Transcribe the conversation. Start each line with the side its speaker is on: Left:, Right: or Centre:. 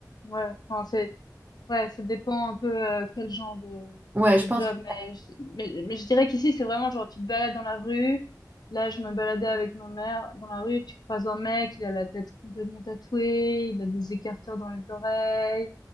Left: ouais, enfin, c'est, ouais, ça dépend un peu euh, quel genre de,
Right: Ouais,
Left: de
Right: je pense
Left: job,
Right: que...
Left: mais je, mais, mais je dirais qu'ici, c'est vraiment genre, tu te balades dans la rue, là, je me baladais avec ma mère dans la rue, tu croises un mec, il a la tête complètement tatouée, il a des écarteurs dans les oreilles,